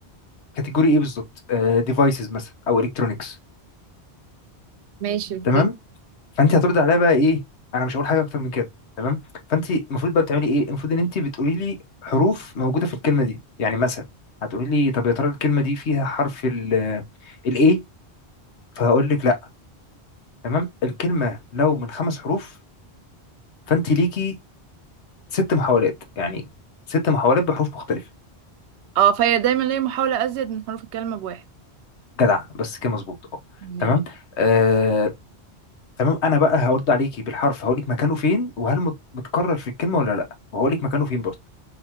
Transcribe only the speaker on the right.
ماشي اوكي
اه فهي دايما ليا محاولة ازيد من حروف الكلمة بواحد
ماشي